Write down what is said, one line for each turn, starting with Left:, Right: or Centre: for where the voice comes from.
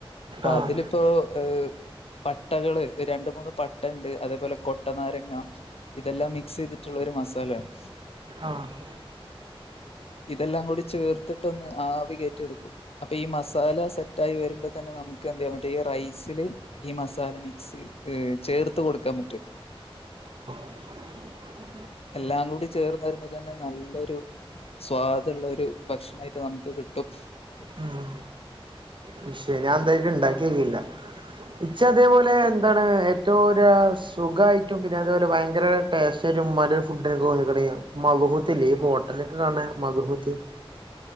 Left: പ്പ
Right: ആഹ്
Left: അതിലിപ്പോ ഏഹ് പട്ടകള് രണ്ട് മൂന്ന് പട്ടണ്ട് അതേപോലെ കൊട്ടനാരങ്ങ ഇതെല്ലാം മിക്സെയ്തിട്ടുള്ളൊര് മസാലയാണ്
Right: ആഹ്
Left: ഇതെല്ലാം കൂടി ചേർത്തിട്ടൊന്ന് ആവി കേറ്റി എടുക്കും അപ്പ ഈ മസാല സെറ്റായി വെര്മ്പ തന്നെ നമ്ക്കെന്തെയ്യാം പറ്റും ഈ റൈസില് ഈ മസാല മിക്സ് ഏഹ് ചേർത്ത് കൊടുക്കാം പറ്റും
Right: <unintelligible>
Left: എല്ലാം കൂടി ചേർന്നരുമ്പ തന്നെ നല്ലൊരു സ്വാദുള്ള ഒരു ഭക്ഷണയിട്ട് നമുക്ക് കിട്ടും
Right: ഉം പക്ഷെ ഞാൻ എന്തായിട്ട് ഇണ്ടാക്കിയോക്കിയില്ല ഇച്ച അതേപോലെ എന്താണ് ഏറ്റവും ഒരു ആവിശ്യം സുഖായിട്ടും പിന്നെ അതുപോലെ ഭയങ്കര ടേസ്റ്റായിട്ടും ഉമ്മാന്റെ ഒരു ഫുഡ്‌നിക്ക് തോന്നിക്കണ് മധുഹൂത്ത് ഇല്ലേ ഈ ഹോട്ടല് കാണ മധുഹൂത്തി